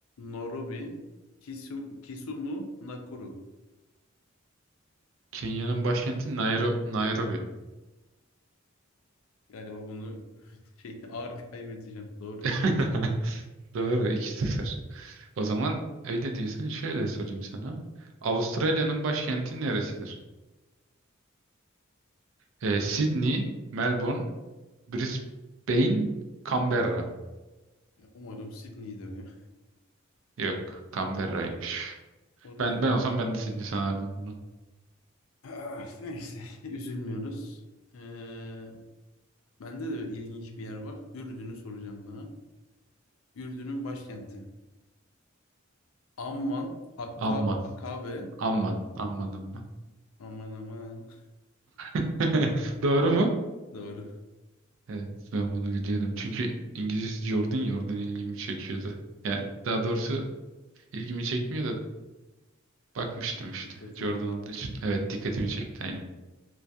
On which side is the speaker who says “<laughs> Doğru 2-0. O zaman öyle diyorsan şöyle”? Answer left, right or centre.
Right